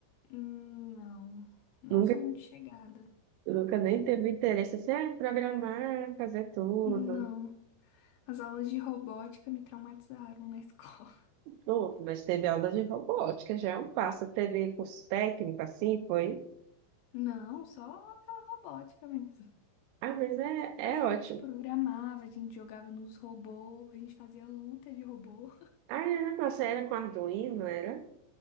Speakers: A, on the left (about 85°); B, on the right (about 85°).
A: Hum, Não, não
B: Nunca,
A: sou muito chegada.
B: nunca nem teve interesse assim, ah, programar, fazer tudo.
A: Não, as aulas de robótica me traumatizaram na escola.
B: Não, mas teve aula de robótica, já é um passo. Teve curso técnico assim, foi.
A: <laughs> Não, só aquela robótica mesmo.
B: Ah, mas é, é
A: Mas a
B: ótimo.
A: gente programava, a gente jogava nos robôs, a gente fazia luta de robô.
B: Ah, era, nossa, era com Arduino, era?